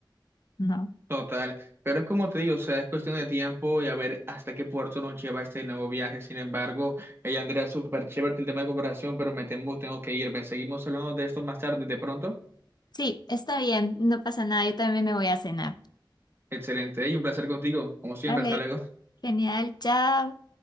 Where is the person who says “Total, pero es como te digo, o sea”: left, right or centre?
Right